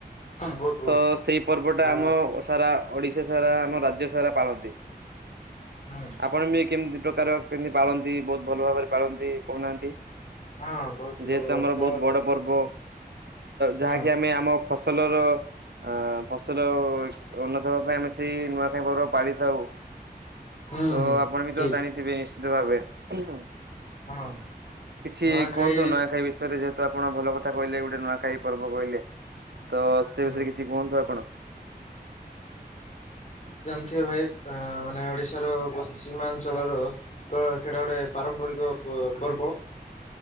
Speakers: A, on the left (about 45°); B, on the right (about 80°).
A: ବହୁତ ବହୁତ
B: ତ ସେଇ ପର୍ବଟା
A: ଆ
B: ଆମ ସାରା ଓଡିଶା ସାରା ଆମ ରାଜ୍ୟ ସାରା ପାଳନ୍ତି
A: ହୁଁ
B: ଆପଣ ବି କେମିତି ପ୍ରକାର କେମିତି ପାଳନ୍ତି ବହୁତ ଭଲ ଭାବରେ ପାଳନ୍ତି କହୁନାହାନ୍ତି?
A: ହଁ ବହୁତ
B: ଯେହେତୁ ଆମର
A: ତ
B: ବହୁତ ବଡ ପର୍ବ।
A: ହୁଁ
B: ଯାହାକି ଆମେ ଆମ ଫସଲର ଆ ଫସଲ ଉନ୍ନତ ହବା ପାଇଁ ଆମେ ସେଇ ନୂଆଖାଇ ପର୍ବ ପାଳିଥାଉ।
A: ହୁଁ
B: ତ
A: ହୁଁ
B: ଆପଣ ବି
A: ଠିକ।
B: ତ ଜାଣିଥିବେ ନିଶ୍ଚିତ ଭାବେ ଉ ହୁଁ।
A: ହଁ
B: କିଛି
A: ନୂଆଖାଇ
B: କୁହନ୍ତୁ ନୂଆଖାଇ ବିଷୟରେ ଯେହେତୁ ତ ଆପଣ ଭଲ କଥା କହିଲେ ଗୋଟେ ନୂଆଖାଇ ପର୍ବ କହିଲେ ତ ସେ
A: ହୁଁ
B: ବିଷୟରେ କିଛି କୁହନ୍ତୁ ଆପଣ।
A: ଏଠି ଭାଇ ମାନେ ଓଡିଶାର ପଶ୍ଚିମାଞ୍ଚଳର ଏକ ସେଟା ଗୋଟେ ପାରମ୍ପରିକ ପ ପର୍ବ।